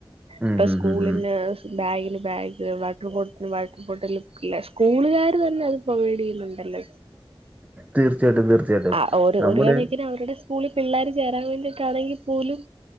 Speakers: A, on the right; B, on the right.
A: ഉം
B: ഇപ്പ
A: ഹും
B: സ്കൂളിന്ന്
A: ഹും ഹും.
B: ബാഗിന് ബാഗ് വാട്ടർ ബോട്ടിന് വാട്ട് ബോട്ടിൽ ല്ലെ സ്കൂളുകാര് തന്നെ അത് പ്രൊവൈഡെയ്യ്ന്നുണ്ടല്ലോ
A: തീർച്ചയായിട്ടും തീർച്ചയായിട്ടും.
B: ആഹ് ഒരു
A: നമ്മുടെ
B: ഒരുകണക്കിന് അവരുടെ സ് സ്കൂളിൽ പിള്ളേര് ചേരാൻ വേണ്ടീട്ടാണെങ്കിൽ പോലും